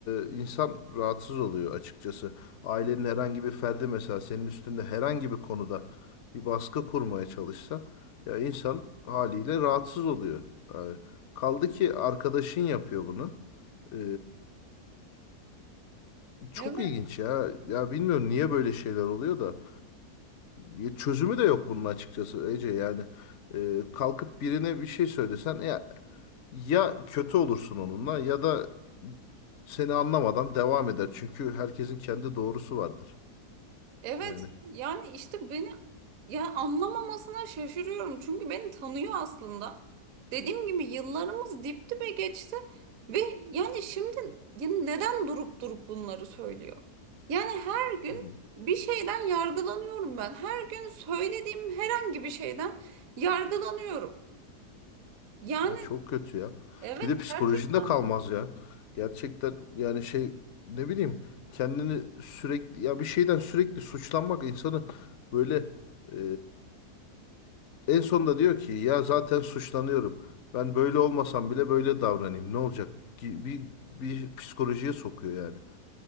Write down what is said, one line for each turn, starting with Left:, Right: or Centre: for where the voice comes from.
Left: e, insan rahatsız oluyor açıkçası. Ailenin herhangi bir ferdi mesela senin üstünde herhangi bir konuda bir baskı kurmaya çalışsa ya insan haliyle rahatsız oluyor. Yani kaldı ki arkadaşın yapıyor bunu. E, çok
Right: Evet.
Left: ilginç ya. Ya bilmiyorum niye böyle şeyler oluyor da e, çözümü de yok bunun açıkçası Ece yani. E, kalkıp birine bir şey söylesen ya Ya kötü olursun onunla ya da seni anlamadan devam eder. Çünkü herkesin kendi doğrusu vardır.
Right: Evet
Left: Yani
Right: yani işte beni ya anlamamasına şaşırıyorum. Çünkü beni tanıyor aslında. Dediğim gibi yıllarımız dip dibe geçti ve yani şimdi ya neden durup durup bunları söylüyor? Yani her gün
Left: hmm,
Right: bir şeyden yargılanıyorum ben. Her gün söylediğim herhangi bir şeyden yargılanıyorum. Yani
Left: ya çok kötü ya.
Right: evet
Left: Bir de psikolojinde
Right: gerçekten
Left: kalmaz ya. Gerçekten yani şey ne bileyim kendini sürekli ya bir şeyden sürekli suçlanmak insanı böyle e, en sonunda diyor ki ya zaten suçlanıyorum. Ben böyle olmasam bile böyle davranayım. Ne olacak? Ki Bir, bir psikolojiye sokuyor yani.